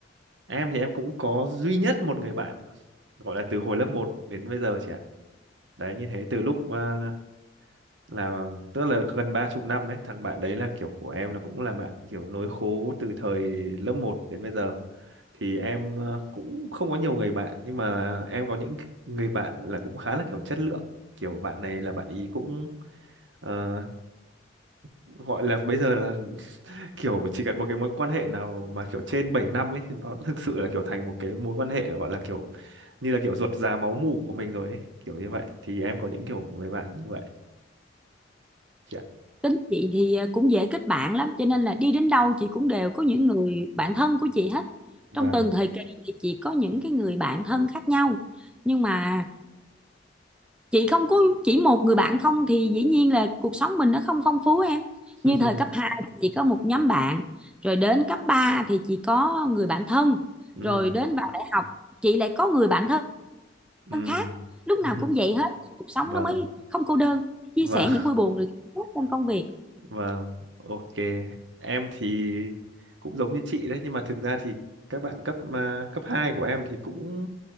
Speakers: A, on the right (about 70°); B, in the centre.
A: Em thì em cũng có duy nhất một người bạn gọi là từ hồi lớp một đến bây giờ chị ạ. Đấy như thế từ lúc à, là tức là gần ba chục năm đấy, thằng bạn đấy là kiểu của em là cũng là bạn kiểu nối khố từ thời lớp một đến bây giờ thì em ờ, cũng không có nhiều người bạn nhưng mà em có những người bạn là cũng khá là kiểu chất lượng kiểu bạn này là bạn ý cũng ờ, gọi là bây giờ là <laughs> kiểu chỉ cần một cái mối quan hệ nào mà kiểu trên 7 năm ấy thì nó thực sự là kiểu thành một cái mối quan hệ gọi là kiểu như là kiểu ruột già máu mủ của mình rồi ấy kiểu như vậy thì em có những kiểu người bạn như vậy dạ
B: tính chị thì à, cũng dễ kết bạn lắm cho nên là đi đến đâu chị cũng đều có những người bạn thân của chị hết
A: vâng
B: trong từng thời kỳ thì chị có những cái người bạn thân khác nhau nhưng mà chị không có chỉ một người bạn không thì dĩ nhiên là cuộc sống mình nó không phong phú em như
A: <laughs>
B: thời cấp 2 thì chị có một nhóm bạn rồi đến cấp 3 thì chị có người bạn thân
A: ừ
B: rồi đến vào đại học chị lại có người bạn thân
A: ừ
B: khác lúc nào
A: <laughs>
B: cũng vậy hết cuộc sống
A: vâng
B: nó mới không cô đơn chia
A: vâng
B: sẻ những vui buồn rồi hạnh phúc trong công việc
A: Vâng, ok. Em thì cũng giống như chị đấy, nhưng mà thực ra thì các bạn cấp à, cấp 2 của em thì cũng